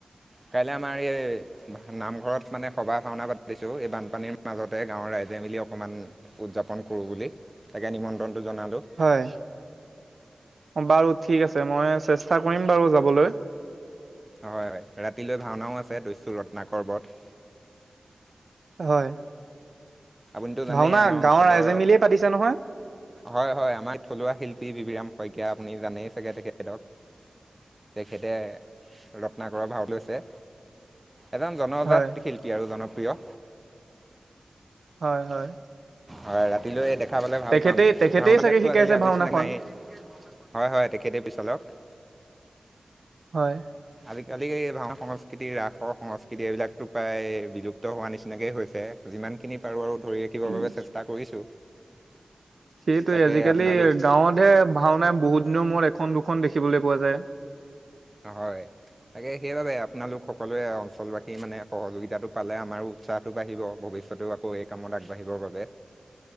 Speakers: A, on the right; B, on the right.
A: কাইলে আমাৰ এই নামঘৰত মানে সবাহ ভাওনা পাতিছোঁ এই বানপানীৰ মাজতে গাঁৱৰ ৰাইজে মিলি অকণমান উদযাপন কৰোঁ বুলি, তাকে নিমন্ত্ৰণটো জনালোঁ।
B: হয়, বাৰু ঠিক আছে মই চেষ্টা কৰিম বাৰু যাবলৈ।
A: হয়, হয় ৰাতিলৈ ভাওনাও আছে দৈচ্যু ৰত্নাকৰ বধ।
B: হয়।
A: আপুনিতো জানেই
B: ভাওনা
A: আমাৰ অঞ্চলৰ
B: গাঁৱৰ ৰাইজে মিলিয়ে পাতিছে নহয়
A: হয়, হয় আমাৰ থলুৱা শিল্পী বিবিৰাম শইকীয়া, আপুনি জানেই চাগে তেখেতক। তেখেতে ৰত্নাকৰ ভাও লৈছে এজন জনজাত
B: হয়
A: শিল্পী আৰু জনপ্ৰিয়
B: হয়, হয়।
A: হয়, ৰাতিলৈ দেখা পালে ভাল
B: তেখেতেই
A: পাম।
B: তেখেতেই
A: ভাওনা
B: চাগে
A: বিলাকতো
B: শিকাইছে
A: আজিকালি আগৰ
B: ভাওনাখন
A: নিচিনা নায়েই। হয়, হয় তেখেতে পিছলক।
B: হয়।
A: আজিকালি এই ভাওনা সংস্কৃতি ৰাসৰ সংস্কৃতি এইবিলাকতো প্ৰায় বিলুপ্ ত হোৱা নিচিনাকেই হৈছে, যিমানখিনি পাৰোঁ আৰু ধৰি ৰাখিবৰ
B: উম
A: বাবে চেষ্টা কৰিছোঁ।
B: সেইটোৱেই,
A: তাকে
B: আজিকালি
A: আপোনালোক
B: গাঁৱতহে ভাওনা বহুত দিনৰ মূৰত এখন দুখন দেখিবলৈ পোৱা যায়।
A: হয়, তাকে সেইবাবে আপোনালোক সকলোৱে অঞ্চলবাসীৰ মানে সহযোগিতাটো পালে আমাৰো উৎসাহটো বাঢ়িব ভৱিষ্যতেও আকৌ এই কামত আগবাঢ়িবৰ বাবে।